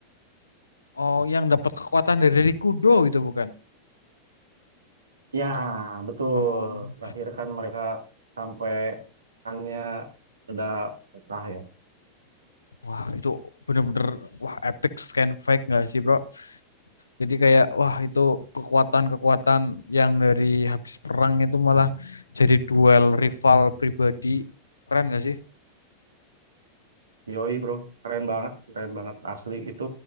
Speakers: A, on the left; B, on the right.
A: Oh, yang dapat kekuatan dari Rikudo itu bukan?
B: Ya, betul.
A: Oh,
B: Terakhir kan mereka sampai kannya udah pecah ya.
A: wah itu bener-bener wah epic scan fake nggak sih bro? Jadi kayak wah itu kekuatan-kekuatan yang dari habis perang itu malah jadi duel rival pribadi keren nggak sih?
B: Yoi bro, keren banget, keren banget asli. Itu